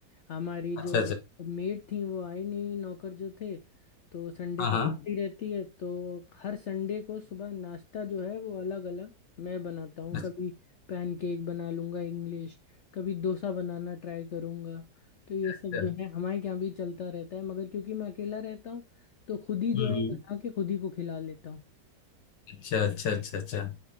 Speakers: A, on the left; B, on the left.
A: हमारी
B: अच्छा
A: जो
B: अच्छा
A: मेड थी वो आई नहीं नौकर जो थे तो संडे
B: हाँ
A: को
B: हाँ
A: छुट्टी रहती है तो हर संडे को सुबह नाश्ता जो है वो अलग अलग मैं बनाता हूँ
B: अच्छा
A: कभी पैनकेक बना लूँगा इंग्लिश कभी डोसा बनाना ट्राई करूँगा तो ये सब
B: अच्छा।
A: जो है हमारे यहाँ भी चलता रहता है मगर क्योंकि मैं अकेला रहता हूँ तो खुद ही जो
B: हम्म
A: है
B: हम्म।
A: बना के खुद ही को खिला लेता हूँ
B: अच्छा अच्छा अच्छा अच्छा